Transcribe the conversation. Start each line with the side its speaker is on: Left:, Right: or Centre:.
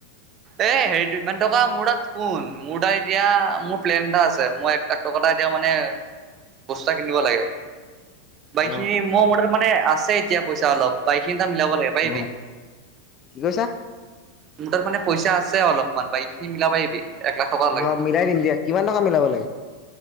Right: এ হেৰিটো ইমান টকা মোৰ তাত শুন, মোৰ তাত এতিয়া মোৰ প্লেন এটা আছে, মই একলাখ <unintelligible> এটাক এতিয়া মানে বস্তু এটা কিনিব লাগে। বাকীখিনি
Left: অ
Right: মোৰ মতে মানে, আছে এতিয়া পইচা অলপ, বাকীখিনি তই মিলাব লাগে পাৰিবি?
Left: অ কি কৈছা?
Right: মোৰ তাত মানে পইচা আছে অলপমান, বাকীখিনি মিলাব পাৰিবি? এক লাখ টকা লাগে
Left: অঁ,
Right: মোক
Left: মিলাই দিম দিয়া, কিমান টকা মিলাব লাগে?